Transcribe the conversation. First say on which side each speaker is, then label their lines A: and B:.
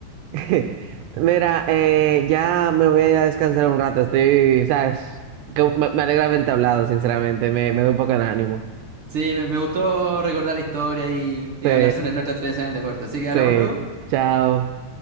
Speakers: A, on the right; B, on the right.
A: <laughs> Mira, eh, ya me voy a ir a descansar un rato. Estoy, ¿sabes? Que me, me alegra haberte hablado, sinceramente. Me, me da un poco de ánimo.
B: Sí, me, me gustó recordar la historia y, y
A: Sí,
B: hablar sobre nuestra experiencia en el deporte. Así que
A: sí.
B: hablamos luego.
A: Chao.